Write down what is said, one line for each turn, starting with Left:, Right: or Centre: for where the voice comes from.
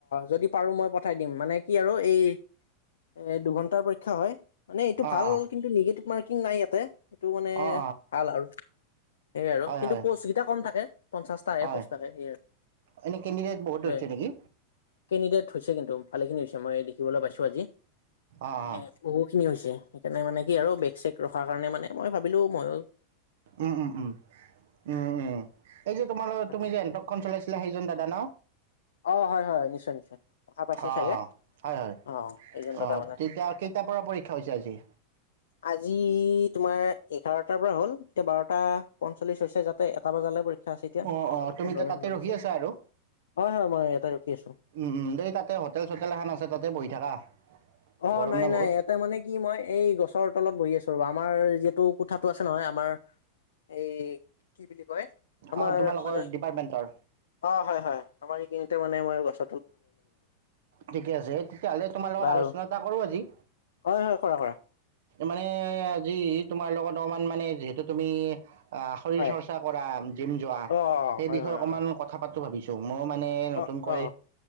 Left: যদি পাৰো মই পঠাই দিম, মানে কি আৰু এই এ দুঘণ্টাৰ পৰীক্ষা হয়। মানে এইটো
Right: অঁ
Left: ভাল
Right: অঁ
Left: কিন্তু নিগেটিভ মাৰ্কিং নাই ইয়াতে এইটো মানে
Right: অঁ
Left: ভাল আৰু। সেয়ে আৰু
Right: অঁ
Left: কিন্তু
Right: হয় হয়
Left: পষ্ট কেইটা কম থাকে পঞ্চাশটাহে
Right: হয়
Left: পষ্ট থাকে সেই আৰু
Right: এনেই কেণ্ডিডেট বহুত
Left: সেইটোৱে।
Right: হৈছে নেকি
Left: কেণ্ডিডেট হৈছে কিন্তু ভালেখিনি হৈছে মই দেখিবলৈ পাইছো আজি।
Right: অঁ অঁ
Left: এ বহু খিনি হৈছে সেইকাৰণে মানে কি আৰু বেক চেক ৰখাৰ কাৰণে মানে মই ভাবিলো মইও
Right: উম উম উম উম উম এই যে তোমালোক
Left: তাকে
Right: তুমি যে এনটকখন চলাই চিলা সেইজন দাদা ন?
Left: অ হয় হয় নিশ্চয় নিশ্চয়, দেশা পাইছে
Right: অঁ
Left: চাগে।
Right: অঁ হয় হয়
Left: অ 'এইজন দাদা
Right: অঁ
Left: মানে
Right: তেতিয়া কেইটাৰ
Left: তাকেেত
Right: পৰা পৰীক্ষা হৈছে আজি
Left: আজি তোমাৰ এঘাৰটাৰ পৰা হ'ল এতিয়া বাৰটা পঞ্চল্লিশ হৈছে যাতে এটা বজালৈ। পৰীক্ষা আছে এতিয়া
Right: অ -অ
Left: আৰু
Right: তুমি
Left: পোন্ধৰ
Right: এতিয়া
Left: মিনিট
Right: তাতে
Left: মান
Right: ৰখি
Left: আছে
Right: আছা আৰু
Left: হয় হয় মই ইয়াতে ৰখি আছো
Right: উম দেই তাতে হোটেল চোটেল এখন আছে তাতে বহি থাকা।
Left: অ
Right: গৰম
Left: 'নাই
Right: না বহুত
Left: নাই এটা মানে কি মই এই গছৰ তলত বহি আছো। আমাৰ যিহেতু কথাাতটো আছে নহয় আমাৰ এই কি বুলি কয় আমাৰ
Right: অঁ তোমালোকৰ
Left: মানে
Right: ডিপাৰ্টমেণ্টৰ
Left: অ হয়। হয় আমাৰ এইখিনি মানে মাৰ গছ।
Right: ঠিকে আছে তেতিয়াাহলে তোমাৰ লগত
Left: বাৰু
Right: আলোচনা এটা কৰো আজি।
Left: হয় হয় কৰা কৰা।
Right: মানে আজি তোমাৰ লগত অকমান মানে যিহেতু তুমি। অ শৰীৰ
Left: হয়
Right: চৰ্চা কৰা জিম যোৱা
Left: অ
Right: সেই
Left: হয়
Right: বিষয়ে
Left: হয়
Right: অকমান
Left: হয়
Right: কথা পাতো ভাবিছো। মইও মানে নতুনকৈ
Left: অ অ